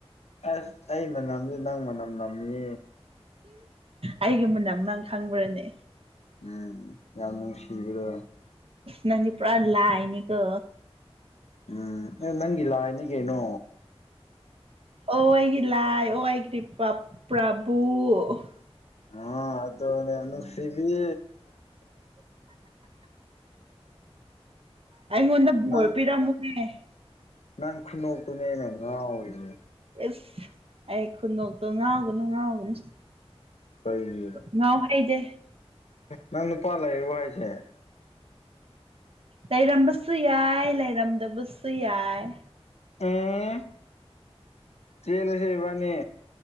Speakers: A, on the left; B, on the right.
A: ꯑꯁ ꯑꯩ ꯃꯅꯝꯗꯤ ꯅꯪ ꯃꯅꯝ ꯅꯝꯃꯤ
B: ꯑꯩꯒ ꯃꯨꯅꯝ ꯅꯪ ꯈꯪꯕ꯭ꯔꯅꯦ
A: ꯎꯝ ꯌꯥꯝ ꯅꯨꯡꯁꯤꯕꯤ꯭ꯔꯣ
B: ꯅꯗꯤ ꯄꯨꯔꯥ ꯂꯑꯅꯤ ꯀꯣ
A: ꯎꯝ ꯑꯦ ꯅꯪꯒꯤ ꯂꯥꯛꯑꯅꯤ ꯀꯩꯅꯣ
B: ꯑꯣ ꯑꯩꯒꯤ ꯂꯥꯏ ꯑꯣ ꯑꯩꯒꯤꯗꯤ ꯄ꯭ꯔꯚꯨ
A: ꯑ ꯑ ꯇꯁꯤꯕꯤ
B: ꯑꯩꯉꯣꯟꯗ ꯕꯣꯔ
A: ꯅꯪ
B: ꯄꯤꯔꯝꯃꯨꯅꯦ
A: ꯅꯪ ꯈꯨꯟꯗꯣꯛꯇꯨꯅꯦꯅ ꯉꯥꯎꯔꯤꯅꯦ
B: ꯑꯁ ꯑꯩ ꯈꯨꯗꯣꯛꯇꯣ ꯉꯥꯎꯒꯅꯨ ꯉꯥꯎꯒꯅꯨ
A: ꯀꯩꯒꯤꯅꯣ
B: ꯉꯎ ꯍꯩꯗꯦ
A: ꯅꯪ ꯅꯨꯄꯥꯂ ꯍꯥꯏꯁꯦ
B: ꯂꯩꯔꯝꯕꯁꯨ ꯌꯥꯏ ꯂꯩꯔꯝꯗꯕꯁꯨ ꯌꯥꯏ
A: ꯎꯝ ꯆꯦꯜꯂꯁꯦ ꯏꯕꯥꯅꯤ